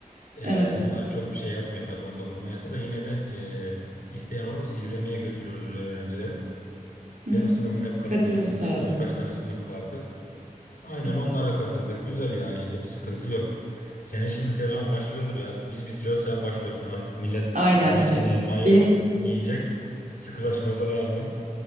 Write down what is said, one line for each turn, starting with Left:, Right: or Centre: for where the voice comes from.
Left: Ee,
Right: Evet.
Left: onlar çok bir şey yapmıyor tabii 19 Mayıs'ta da yine de e, isteyen olursa izlemeye götürüyoruz biz öğrencileri.
Right: Hı
Left: Benim
Right: hı.
Left: sınıfım hep katılmak
Right: Katılım
Left: istedi.
Right: sağlığı.
Left: İşte birkaç tane sınıf vardı. Aynen
Right: Ay,
Left: onlara katıldık. Güzel ya işte bir sıkıntı yok. Senin şimdi sezon başlıyordur ya. Biz bitiriyoruz sen başlıyorsun artık. Millet
Right: Aynen.
Left: bikini,
Right: E,
Left: mayo
Right: Benim
Left: giyecek. Sıkılaşması lazım.